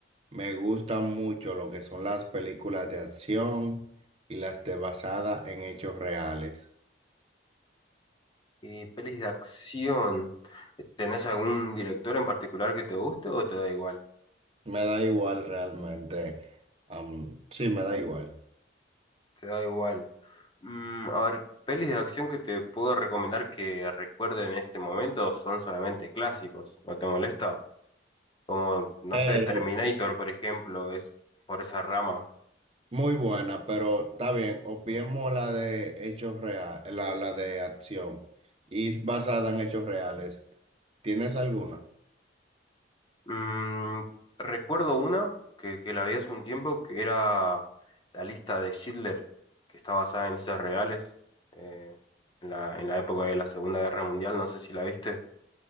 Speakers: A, on the right (about 35°); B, on the left (about 25°).
A: me gustan mucho lo que son las películas de acción y las de basada en hechos reales.
B: Y pelis de acción, ¿tenés algún director en particular que te guste o te da igual?
A: Me da igual realmente. Am, sí, me da igual.
B: Te da igual. Mm, a ver, pelis de acción que te puedo recomendar que recuerde en este momento son solamente clásicos, ¿no te molesta? Como, no
A: Pero
B: sé, Terminator, por ejemplo, es por esa rama.
A: muy buena, pero está bien. Obviemos la de hechos reales, la, la de acción. Y es basada en hechos reales. ¿Tienes alguna?
B: Mm, recuerdo una que, que la vi hace un tiempo que era la lista de Schindler, que está basada en hechos reales, eh, en la, en la época de la Segunda Guerra Mundial, no sé si la viste.